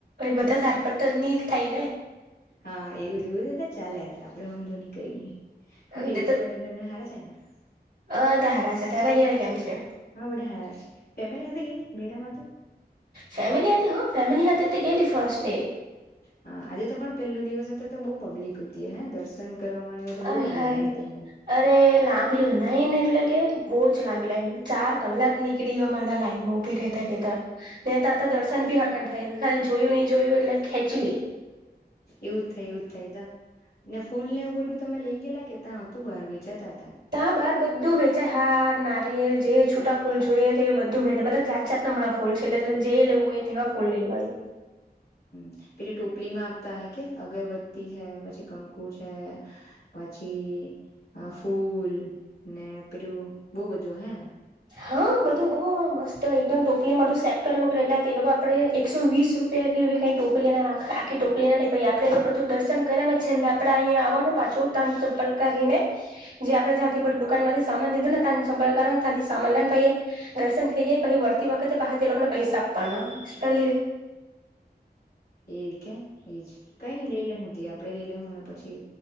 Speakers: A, on the right; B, on the left.
A: એ બધા ધાર પર તર એક થાય ને
B: હા એવું એવુંધું ચાલ્યા હતા આપડે વાંધો નહી કઈ નઈ હું
A: એમ
B: કે
A: તે
B: બીજા
A: તો
B: વડાા ઘરના સારા છે ને
A: અ ધારા છે તારા ગેલા કેમ છે
B: હા બધ હેાર છે ફેમલી સાથે ગેલી મળમ તું
A: ફેમ હથે હો ફેમ હાથે તે ગેલી ફર્્ટ ડે
B: હા આજે તો પણ પેલો દિવસ હતો તો બહ પબ્લિક હત દર્શન કરવામાં
A: અ હ
B: ગયા તમને
A: અરે લાંબી લાઈન એટલે કે બહુ જ લાંબી લાઈન ચાર કલાક નીકળી હોય મા લાઈનમાં ઉભી ર રહેતા રહેતા નેતા હતા દર્શની હરક જાય ખાલી જોયું નહી જોયું એટલે ખેંચી લે
B: એવું થઈ એવું જ થઈ ને ફૂલ ને એવું બધું તમે લઈ ગેલા કે ત્યાં હતું બહાર વેચાતા હતા
A: તા બાર બધું વેચાય હાર ના જે છૂટા ફૂલ જોઈએ તે બધું ભે બધા જાત જાતનામણાં ફૂલ છે એટલે જે લેવું હોય તેવા ફૂલ લેવાય હ
B: હ પે ટોપલી માં આપતા હ કે અગરબત્તી છે પછી કંકુ છે પછી ફૂલ ને પેલું બહુ બધું હે
A: હા બધું બઉુ મસ્ત એકદમ ટોપલીમાંધું સેટ કરીને મકટલા તે લોકો આપડે એકસો વીસ રૂપિયા વી કઈ ટોકલી આખી ટોકલી ના નહીઈ આપડે એ બધું દર્શન કર્યા છેલ્લે આપડે અહીંયા આવવાનું પાછું ત ચપ્પલ કરી ને જે આપણે ત્યાંથી બધું દુકાન માંથી સામાન લીધું ને તન સંભકરાર ત્યાથી સામાલ ભાઈ દર્શન થઈ જાય પછી વળતી વખતે તે લોકોને પૈસા આપવાના ચલી
B: એ કે એજ કઈ નની લઈ લે હું તઈ આપુ પેરી લે હું ને પછી